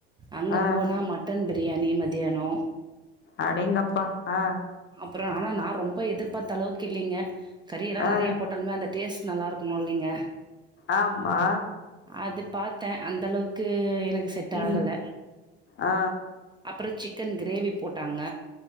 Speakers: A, on the right (about 15°); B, on the left (about 40°).
A: அங்க
B: ஆ
A: போனா மட்டன் பி ரியாணி மதியாணொ
B: அடேங்கப்பா அ
A: ப்றோ ஆனா நா ரொம்ப எதிர்பாத்தளவுக்கு இல்லெங்க கறியெல்லா
B: ஆ
A: நெறையா போட்டாலுமே அந்த டேஸ் டு நல்லா இருக்ணுல்லைங்க
B: ஆம்மா
A: அது பாத்த அந்தளவுக்கு எனக் கு செட்
B: இல்
A: ஆகல
B: ஆ
A: அப்றொ சிக்கன் க்ரேவி போட்டாங்க